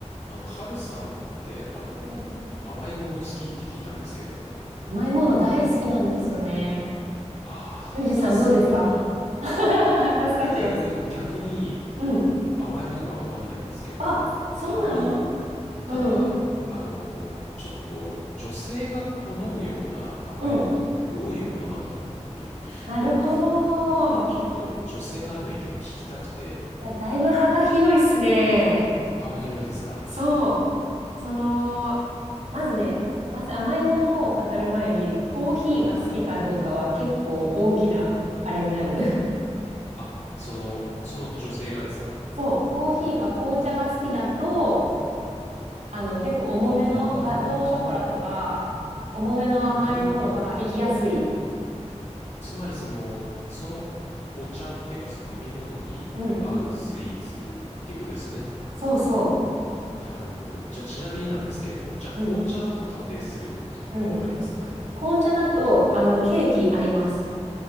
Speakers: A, on the left; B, on the right.
A: あの、ハルさんって、あの、
B: うん
A: 甘いもの好きって聞いたんですけれども、
B: 甘いもの大好きなんですよね。
A: ああ、
B: ゆうじさんどうですか
A: 助かるな。
B: <laughs> 助かっちゃいます。
A: あ、僕、逆に
B: うん。
A: 甘いものがわかんないんですけれども、
B: あ、そうなの
A: あんまり、ただ、
B: うん。
A: あのちょっと女性が好むような甘いものってどういうものなんだろうっていうのを、
B: うん。なるほど。い
A: ちょっと女性からの意見を聞きたくて、
B: や、だいぶ幅広いっすね。
A: 幅広いですか
B: そう。その、まずね、まず甘いものを語る前に、コーヒーが好きかどうかは結構大きなあれになる。
A: はいはい。あ、その、その女性がですか
B: <laughs> そう。コーヒーか紅茶が好きだと、あの、結構重めのガトーショコラとか、
A: ああー、
B: 重めの甘いものが行きやすい。
A: なるほど。つまりその、そのお茶っていうかその飲み物に合うスイーツっていうことですよね。
B: うん。そうそ
A: なるほど。じゃあちなみになんですけれども、じゃあ紅茶だと仮定するとどうなりますかね。
B: う。うん。うん。紅茶だと、あの、ケーキ合います。